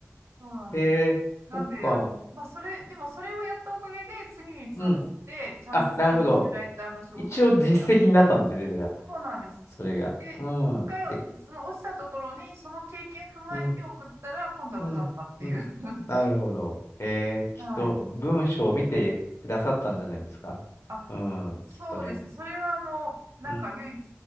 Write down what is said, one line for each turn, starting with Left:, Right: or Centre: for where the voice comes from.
Right: そうなんです。
Left: へえ、
Right: なんで、
Left: そっか。
Right: あの、まあ、それ、でもそれをやったおかげで、次につながって、
Left: うん。
Right: ちゃんとした編集ライターの仕事に就けたんです。
Left: あ、なるほど。一応実績になったんですよね、じゃあ。
Right: そうなんです。
Left: それが。
Right: で、
Left: うん。
Right: 一回、
Left: で、
Right: その落ちたところに、その経験踏まえて送ったら、
Left: うん、
Right: 今度は受かったっていう。
Left: うん、うん。
Right: <laughs>
Left: なるほど。へえ、きっと文章を見てくださったんじゃないですか。
Right: はい。あ、
Left: うん、
Right: そうです。
Left: きっとね。
Right: それは、あの、なんか唯一、
Left: うん、